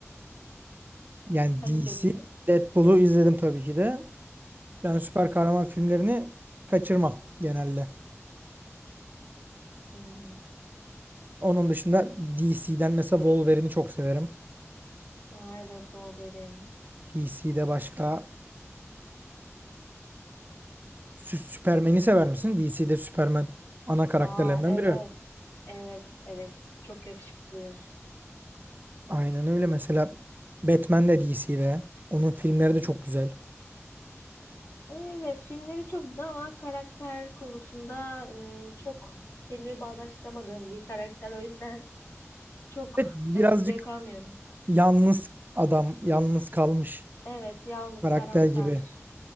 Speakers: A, on the right; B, on the left.
A: Yani
B: Sen
A: DC
B: izledin mi?
A: Deadpool'u izledim tabii ki de. Ben süper kahraman filmlerini kaçırmam genelde.
B: Hmm.
A: Onun dışında DC'den mesela Wolverine'i çok severim.
B: Aa, evet Wolverine.
A: DC'de başka Sü- Superman'i sever misin? DC'de Superman ana karakterlerinden
B: Aa evet.
A: biri.
B: Evet evet. Çok yakışıklıdır.
A: Aynen öyle. Mesela Batman de DC'de. Onun filmleri de çok güzel.
B: Evet filmleri çok güzel ama karakter konusunda ım, çok kendimi bağdaştıramadığım bir karakter. O yüzden çok
A: Evet, birazcık
B: e, zevk almıyorum.
A: yalnız adam, yalnız kalmış
B: Evet yalnız
A: Karakter
B: karamsar.
A: gibi.